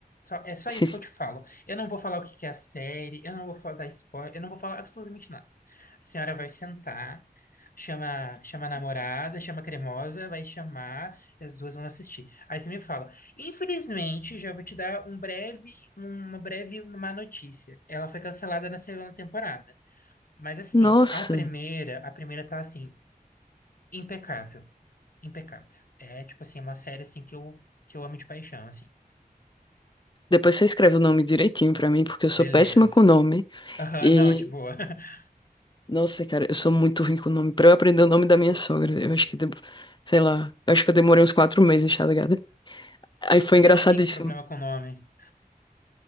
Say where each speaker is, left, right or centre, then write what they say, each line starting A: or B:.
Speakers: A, on the left; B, on the left.
A: Só- é só
B: Sin-
A: isso que eu te falo. Eu não vou falar o que que é a série, eu não vou fa- dar spoiler, eu não vou falar absolutamente nada. A senhora vai sentar, chama, chama a namorada, chama a cremosa, vai chamar e as duas vão assistir. Aí você me fala, Infelizmente, já vou te dar um breve, uma breve má notícia. Ela foi cancelada na segunda temporada. Mas assim,
B: Nossa.
A: a primeira, a primeira tá assim, impecável, impecável. É tipo assim, é uma série assim que eu que eu amo de paixão, assim.
B: Depois você escreve o nome direitinho pra mim, porque eu sou
A: Beleza.
B: péssima com nome.
A: Aham,
B: E,
A: <laughs> não, de boa. <laughs>
B: nossa, cara, eu sou muito ruim com o nome. Pra eu aprender o nome da minha sogra, eu acho que, de- sei lá, eu acho que eu demorei uns quatro meses, tá ligado? Aí foi
A: Eu
B: engraçadíssimo.
A: também tenho um problema com o nome.